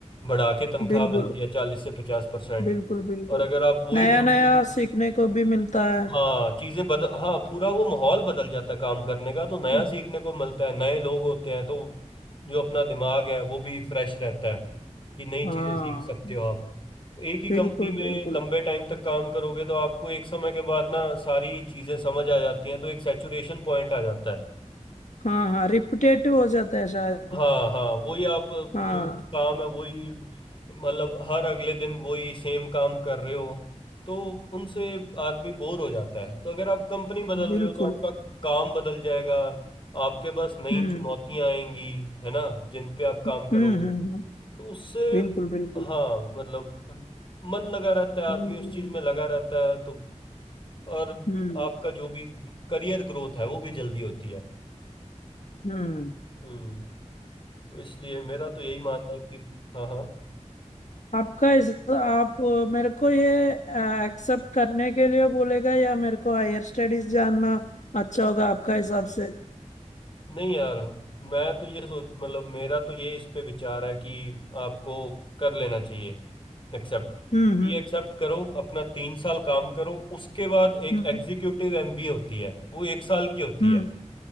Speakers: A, on the left; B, on the left.
A: बढ़ा के तनख्वाह
B: बिल्कुल
A: मिलती है चालीस से पचास परसेंट
B: बिल्कुल बिल्कुल
A: और अगर आप वही
B: नया
A: कंपनी
B: नया सीखने को भी मिलता है
A: हाँ चीजें बदल हाँ पूरा वो माहौल बदल जाता है काम करने का तो नया
B: हम्म,
A: सीखने को मिलता है नए लोग होते हैं तो जो अपना दिमाग है वो भी फ्रेश रहता है कि नई
B: हाँ
A: चीजें सीख सकते हो आप एक ही
B: बिल्कुल
A: कंपनी में
B: बिल्कुल
A: लंबे टाइम तक काम करोगे तो आपको एक समय के बाद ना सारी चीजें समझ आ जाती हैं तो एक सैचुरेशन पॉइंट आ जाता है
B: हाँ हाँ रिपीटेटिव हो जाता है शायद
A: हाँ हाँ वही आप जो
B: हाँ
A: काम है वही मतलब हर अगले दिन वही सेम काम कर रहे हो तो उनसे आदमी बोर हो जाता है तो अगर आप कंपनी बदल
B: बिल्कुल
A: रहे हो तो आपका काम बदल जाएगा आपके पास नई
B: हम्म
A: चुनौतियां आएंगी है ना जिन पे आप काम
B: हम्म
A: करोगे
B: हम्म हम्म,
A: तो उससे
B: बिल्कुल बिल्कुल
A: हाँ मतलब मन लगा रहता है
B: हम्म
A: आदमी उस चीज में लगा रहता है तो और
B: हम्म
A: आपका जो भी करियर ग्रोथ है वो भी जल्दी होती है
B: हम्म
A: हम्म तो इसलिए मेरा तो यही मानना है कि हाँ हाँ
B: आपका इस आप अ, मेरे को ये एक्सेप्ट करने के लिए बोलेगा या मेरे को हायर स्टडीज जानना अच्छा होगा आपका हिसाब से
A: नहीं यार मैं तो ये सोच मतलब मेरा तो ये इस पे विचार है कि आपको कर लेना चाहिए एक्सेप्ट कि
B: हम्म हम्म
A: एक्सेप्ट करो अपना तीन साल काम करो उसके बाद एक
B: हम्म
A: एग्जीक्यूटिव एमबीए होती है वो एक साल की होती
B: हम्म
A: है